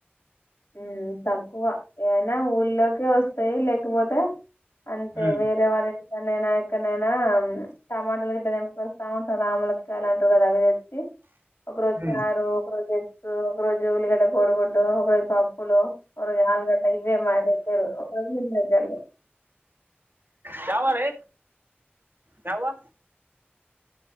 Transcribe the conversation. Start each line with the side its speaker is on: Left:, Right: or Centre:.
Left: మ్ తక్కువ ఏవన్నా ఊళ్లోకే వస్తాయి లేకపోతే అంతే
Right: హ్మ్
Left: వేరే వాళ్ళ ఇంటికాడ్ ఎక్కనైనా ఎక్కడనైనా టమాటాలు గిట్లా టెంకోస్తా ఉంటాం రాములకై అంటారు కదా అవి తెచ్చి ఒకరోజు
Right: హ్మ్
Left: చారు ఒక ఒక్క రోజు ఎగ్గూ ఒక్క రోజు ఉల్లిగడ్డ కోడుగుడ్డు ఒక రోజు పప్పులు ఒక రోజు ఆలుగడ్ట్ట ఇవే మ రు ఒకరూ నిన్నక్కాల
Right: కాయ్ వా రే క్యఉవా